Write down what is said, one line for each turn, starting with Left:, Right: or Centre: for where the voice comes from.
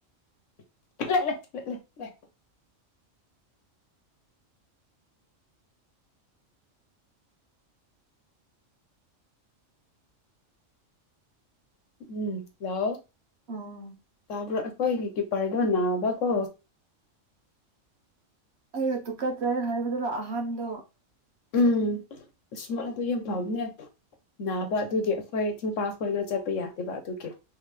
Left: <inaudible> ꯎꯝ ꯂꯥꯛꯑꯣ
Right: ꯑꯥ
Left: ꯇꯥꯕꯔꯣ ꯀꯤꯄꯔꯗ ꯅꯕꯥꯀꯣ
Right: ꯑ ꯇꯨꯀꯠ ꯆꯦ ꯍꯥꯏꯕꯗꯨꯗ ꯑꯍꯥꯟꯕꯗꯣ
Left: ꯎꯝ ꯁꯨꯃꯥꯏ ꯑꯗꯨ ꯌꯥꯝ ꯐꯕꯅꯦ ꯅꯥꯕ ꯑꯗꯨꯒꯤ ꯑꯩꯈꯣꯏ ꯊꯤꯡꯝꯄꯥꯛ ꯈꯣꯏꯒ ꯆꯠꯄ ꯌꯥꯗꯦꯕ ꯑꯗꯨꯒꯤ